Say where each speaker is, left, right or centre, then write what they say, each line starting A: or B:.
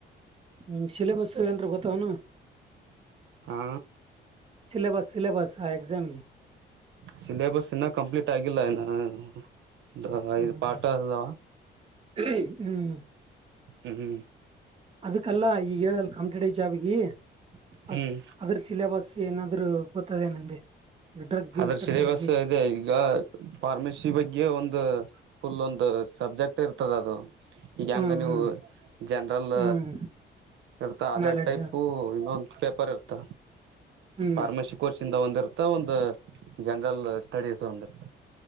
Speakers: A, on the right (about 30°); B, on the right (about 70°).
A: ನಿಮ್ಮ ಸಿಲಬಸ್ ಏನ್ರ ಗೊತ್ತಾವೇನು
B: ಹಾ
A: ಸಿಲೆಬಸ್ ಸಿಲೆಬಸ್ ಆ ಎಕ್ಸಮ್ ಗೆ?
B: ಸಿಲೆಬಸ್ ಇನ್ನ ಕಂಪ್ಲೀಟ್ ಆಗಿಲ್ಲ ಇನ್ನ ಅಂದ್ರ
A: ಹ್ಮ್
B: ಇದ ಪಾಠಾ ಅದು ಅದಾವ.
A: <unintelligible> ಹ್ಮ್
B: ಹಂ
A: ಅದಕಲ್ಲಾ ಈಗ ಹೇಳಲ್ ಕಾಂಪಿಟೇಟಿವ್ ಜಾಬಿಗಿ ಅದ
B: ಹ್ಮ್
A: ಅದ್ರ ಸಿಲೆಬಸ್ ಏನಾದ್ರು. ಗೊತ್ತದ ಏನಂದೆ ಡ್ರಗ್
B: ಅದ್ರ
A: ಇನ್ಸ್ಪೆಕ್ಟರ್
B: ಸಿಲೆಬಸ್
A: ಗಿ.
B: ಇದೆ ಈಗ. ಫಾರ್ಮಸಿ ಬಗ್ಗೆ ಒಂದ ಫುಲ್ ಒಂದ ಸಬ್ಜೆಕ್ಟ್ ಇರ್ತದ ಅದು. ಈಗ
A: ಹ್ಮ್
B: ಹೆಂಗ್ ನೀವು
A: ಹ್ಮ್
B: ಜನರಲ್
A: ಹ್ಮ್
B: ಇರ್ತಾ ಅದೇ
A: ನಾಲೆಡ್ಜ್
B: ಟೈಪು ಇನ್ನೊಂದ ಪೇಪರ್ ಇರ್ತ
A: ಹ್ಮ್
B: ಫಾರ್ಮಸಿ ಕೋರ್ಸಿಂದ ಒಂದಿರ್ತ ಒಂದ ಜನರಲ್ ಸ್ಟಡೀಸ್ ಒಂದಿರ್ತ.